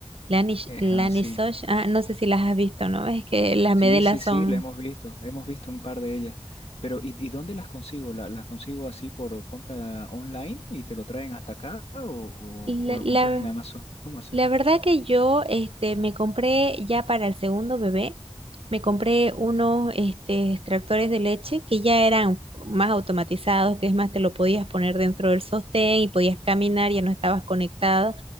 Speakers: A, on the right; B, on the left.
A: Lanish,
B: es
A: Lanisosh,
B: así.
A: ah, no sé si las has visto, ¿no? Es que las
B: Sí,
A: Medela
B: sí,
A: son...
B: sí, la hemos visto, hemos visto un par de ellas. Pero, ¿y, y dónde las consigo? ¿La- ¿Las consigo así por compra online y te lo traen hasta acá o,
A: La,
B: o, o lo
A: la-
B: compras en Amazon? ¿Cómo haces?
A: La verdad que yo este, me compré ya para el segundo bebé, me compré unos este, extractores de leche que ya eran más automatizados, que es más, te lo podías poner dentro del sostén y podías caminar, ya no estabas conectada.